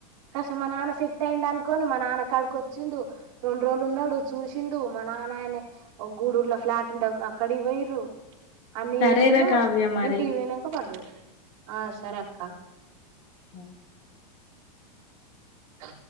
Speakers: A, on the right; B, on the left.
A: కష మా నాన సేట్టయిండనుకొని మా నాన కాడికి ఓచ్చిండు రెండు రోజులు ఉన్నాడు చూసిండు మా నాన్న ఆయినే ఒక గూడూరులో ఫ్లాట్ ఉంటే అక్కడివోయిరూ అన్ని
B: సరేరా
A: చేసిల్లు
B: కావ్య మరి.
A: ఇంటివోయినంక పడ్డాడు ఆ సరే అక్క
B: ఆ
A: ఆ